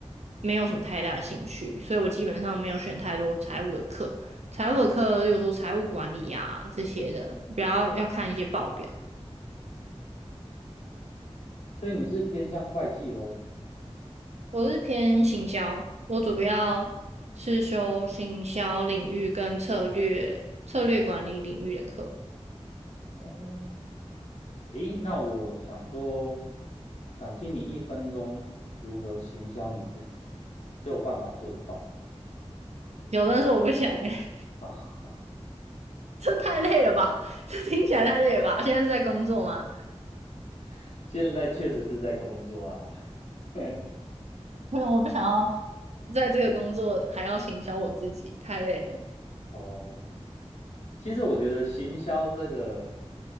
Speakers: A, on the right; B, on the left.
A: 没有什么太大的兴趣，所以我基本上没有选太多财务的课。财务的课，例如说财务管理啊这些的，就比较要看一些报表。
B: 所以你是偏向会计喽？
A: 我是偏行销，我主要是修行销领域跟策略、策略管理领域的课。
B: 哦，诶，那我想说，想听你一分钟如何行销你自己，这有办法做得到
A: 有，但是我不想哎、
B: 啊？
A: <laughs> 这太累了吧？这听起来太累了吧？现在是在工作吗？
B: <laughs> 现在确实是在工作啊。<laughs>
A: 没有，我不想要在这个工作还要行销我自己，太累了。
B: 哦，其实我觉得行销这个